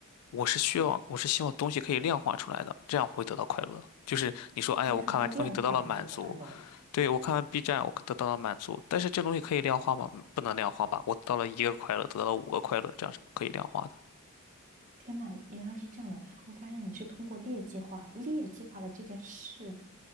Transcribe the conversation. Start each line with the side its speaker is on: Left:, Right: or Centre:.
Left: 我是需要我是希望东西可以量化出来的，这样会得到快乐。就是你说，哎呀，
Right: 所以说它量化了，
Left: 我看完这东西得到了满足，
Right: 你就快乐了。
Left: 对，我看完 B 站，我得到了满足，但是这东西可以量化吗？不能量化吧？我得到了一个快乐，得到了五个快乐，这样是不可以量化的。
Right: 天呐，原来是这样的！我发现你是通过劣计划、劣计划的这件事